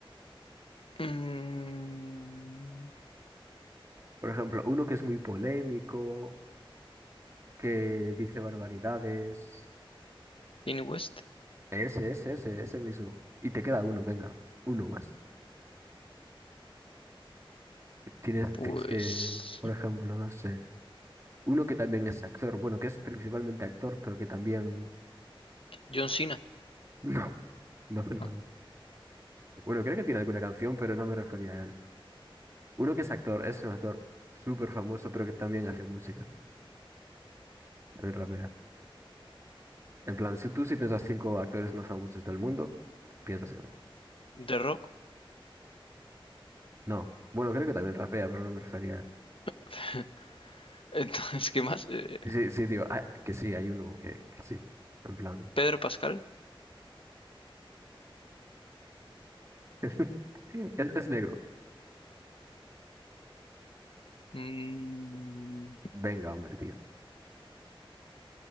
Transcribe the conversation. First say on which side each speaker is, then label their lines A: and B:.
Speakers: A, on the left; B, on the right.
A: Mm,
B: Por ejemplo, uno que es muy polémico, que dice barbaridades.
A: Kanye West,
B: Ese, ese, ese, ese mismo. Y te queda uno, venga, uno más. Tienes,
A: pues...
B: tienes que, por ejemplo, no sé, uno que también es actor, bueno, que es principalmente actor, pero que también...
A: John Cena.
B: <laughs> No, no, no,
A: Ah,
B: no. Bueno, creo que tiene alguna canción, pero no me refería a él. Uno que es actor, es un actor súper famoso, pero que también hace música, también rapea. En plan, si tú si piensas cinco actores más famosos del mundo, piensas en él.
A: The Rock.
B: No, bueno, creo que también rapea, pero no me refería a él.
A: <laughs> Entonces, ¿qué más? Eh,
B: Sí, sí, tío, ah, que sí, hay uno que, que sí, en plan...
A: Pedro Pascal.
B: <laughs> Es, es negro.
A: Mm,
B: Venga, hombre, tío.